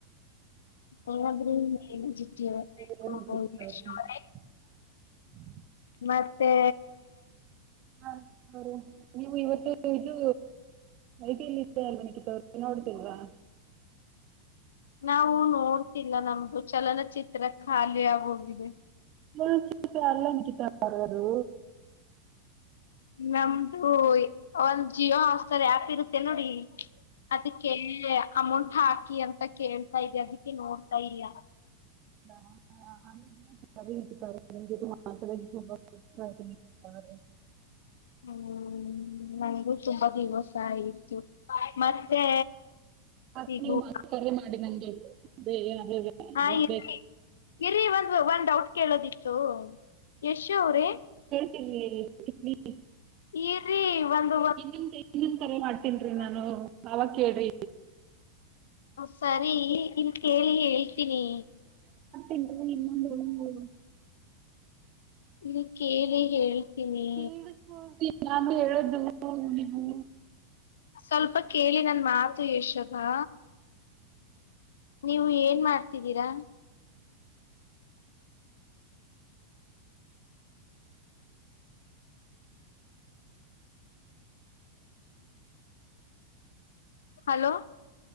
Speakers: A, on the left (about 60°); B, on the right (about 35°).
A: ಏನಾದ್ರು ಹೇಳಿ
B: ಸರಿ, ಹೇಳಿ ನಿಖಿತ್
A: <unintelligible>
B: ಅವರೇ. <inaudible>
A: ಮತ್ತೆ
B: ಹಾ ಅವ್ರೆ ನೀವು ಇವತ್ತು ಇದು ಐ ಟಿ ಲ್ಲಿ ಇತ್ತು ಆಲ್ವಾ ನಿಕಿತಾ ಅವ್ರೆ ನೋಡ್ತಿಲ್ವಾ?
A: ನಾವು ನೋಡ್ತಿಲ್ಲ ನಮ್ದು ಚಲನಚಿತ್ರ ಖಾಲಿ ಆಗೋಗಿದೆ
B: ಫುಲ್ಲ್ <unintelligible> ಅಲ್ಲ ನಿಕಿತ ಅವ್ರೆ ಅದು.
A: ನಮ್ದು ಒಂದ್ ಜಿಯೋ ಹಾಟ್ ಸ್ಟಾರ್ ಆಪ್ ಇರುತ್ತೆ ನೋಡಿ ಅದಿಕ್ಕೆಲ್ಲಿ ಅಮೌಂಟ್ ಹಾಕಿ ಅಂತ ಕೇಳ್ತಾ ಇದೆ ಅದಿಕ್ಕೆ ನೋಡ್ತಾ ಇಲ್ಲ.
B: ಹೌದಾ ಆ ಹ <unintelligible> ನಿಮ್ಗಿದು ಮಾತಾಡ <unintelligible> <inaudible>
A: ಹ್ಮ್ ನಂಗಗು ತುಂಬಾ ದಿವಸ ಆಯಿತು ಮತ್ತೆ
B: ಮತ್ತೆ
A: ಸಿಗುವ
B: ನೀವು ಮತ್ತೆ ಕರೆ ಮಾಡಿ ನನಗೆ ಬೇರೆ ಏನಾದರೂ
A: ಹಾ ಇರಿ
B: ಬೇಕು
A: ಇರ್ರಿ ಒಂದು ಒನ್ ಡೌಟ್ ಕೇಳೋದಿತ್ತು ಯಶು ಅವ್ರೀ
B: ಇ ಇ <unintelligible>
A: ಇರ್ರಿ ಒಂದು
B: ಇನ್ನ ಇನ್ನನ್ ಕರೆ ಮಾಡ್ತೀನ್
A: ಒಂದ್
B: ರೀ ನಾನು ನಾವ ಕೇಳ್ರಿ
A: ಸರಿ ಇ <unintelligible> ಕೇಳಿ ಹೇಳ್ತೀನಿ
B: ಇನ್ನಂದ ಮಾಡ
A: ಇಲ್ಲಿ ಕೇಳಿ ಹೇಳಿ ಈ
B: ಕೇಳಿಸ್ಕೊಳ್ತೀನಿ ನಾನು ಹೇಳ್ದು ನೀವು
A: ಸ್ವಲ್ಪ ಕೇಳಿ ನ ಮಾತು ಯಷದಾ ನೀವು ಏನ್ ಮಾಡ್ತಿದ್ದೀರಾ hello